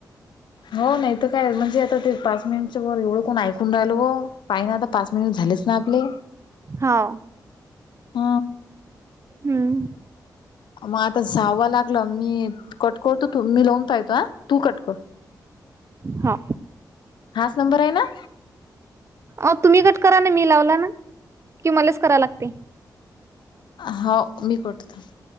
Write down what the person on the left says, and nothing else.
हो नाही तर काय म्हणजे आता ते पाच मिनिटच्या वर एवढं कोण ऐकून राहिल हो पाहि ना आता. पाच मिनिट झालेच ना आपले.
ह
मग आता जावं लागलं मी कट करतो तू मी लावून पा येतो ह तू कट कर.
हाच नंबर आहे ना?
हो मी करतो थांबा.